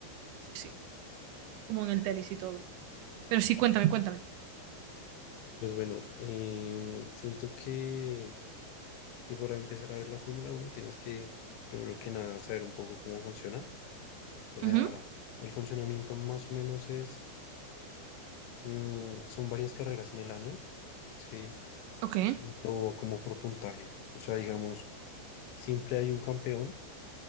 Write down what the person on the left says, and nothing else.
pues bueno, em, siento que, que para empezar a ver la Fórmula uno tienes que, primero que nada, saber un poco cómo funciona. O sea,
el funcionamiento más o menos es, mm, son varias carreras en el año, ¿sí?
Y todo como por puntaje. O sea, digamos, siempre hay un campeón